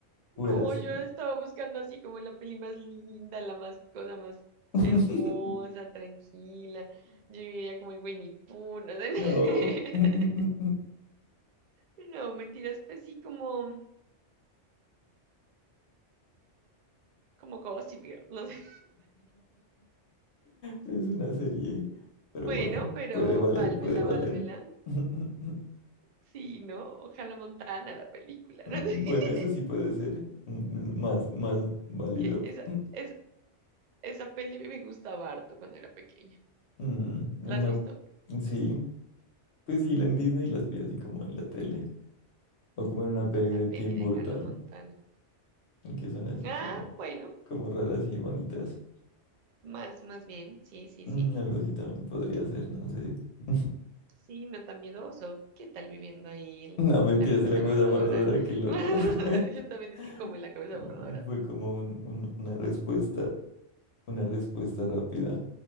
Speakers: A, on the right; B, on the left.
A: No,
B: fueras
A: yo estaba buscando así como la peli más linda, la más cosa más
B: <laughs>
A: hermosa, tranquila. Yo diría como en Winnie Pooh, no sé. <laughs>
B: No. <laughs>
A: No, mentiras, pues sí, como, como Gossip Girl, no sé.
B: Es una serie.
A: <laughs>
B: Pero
A: Bueno,
B: bueno,
A: pero
B: puede valer,
A: válmela,
B: puede valer.
A: válmela.
B: <laughs>
A: Sí, ¿no? Ojalá Montana, la película,
B: Mm,
A: ¿no? <laughs>
B: Bueno, eso sí puede ser mm, mm, más, más válido.
A: Que esa,
B: Mm,
A: es, esa peli me gustaba harto cuando era pequeña.
B: mm, Una,
A: ¿La has visto?
B: sí, pues sí, la en Disney las vi así como en la tele. O como en una peli
A: La
B: de
A: peli
B: Tim
A: de
B: Burton,
A: Hannah Montana.
B: que son así
A: Ah,
B: como,
A: bueno,
B: como raras y bonitas.
A: más, más bien, sí, sí,
B: Mm,
A: sí.
B: Algo así también podría ser, no sé. <laughs>
A: Sí, no tan miedoso. ¿Qué tal viviendo ahí en
B: No, mentiras,
A: la cabeza
B: de la cabeza
A: borradora?
B: borradora, qué loco.
A: <laughs>
B: <laughs>
A: Yo también es que como en la cabeza borradora.
B: Fue como un- un- una respuesta, una respuesta rápida.